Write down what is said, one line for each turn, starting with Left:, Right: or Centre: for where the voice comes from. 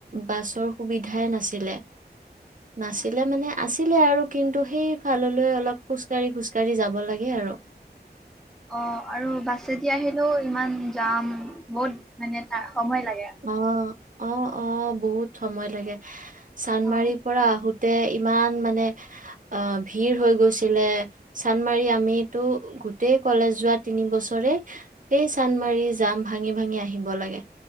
Right: বাছৰ সুবিধাই নাছিলে নাছিলে মানে আছিলে আৰু কিন্তু সেই ফাললৈ অলপ খোজকাঢ়ি খোজ কঢ়ি যাব লাগে আৰু
Centre: অ আৰু বাছেদি আহিলেও ইমান যাম বহুত মানে তা সময় লাগে
Right: অ', অ অ বহুত সময় লাগে চান্দমাৰীৰ
Centre: অ
Right: পৰা আহোত তে ইমান মানে আহ ভিৰ হৈ গৈছিলে, চান্দমাৰি আমিতো গোটেই কলেজ যোৱা তিনি বছৰে সেই চান্দমাৰি যাম ভাঙি ভাঙি আহিব লাগে